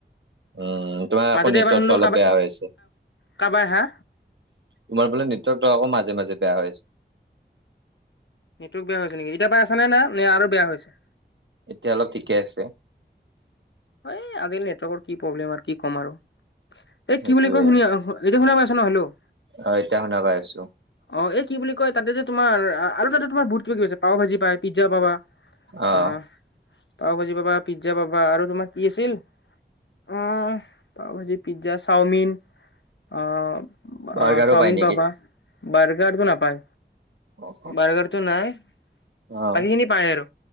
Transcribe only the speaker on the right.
উম, তোমাৰ আকৌ
নেটৱৰ্কটো
অলপ বেয়া হৈ আছে।
তোমাৰ ফালে নেটৱৰ্কটো আকৌ মাজে মাজে বেয়া হৈ আছে।
এতিয়া অলপ ঠিকে আছে
সেইটোয়ে
অ', এতিয়া শুনা পাই আছো।
অ'।
বাৰ্গাৰো
পাই নেকি?
অ',
অ'।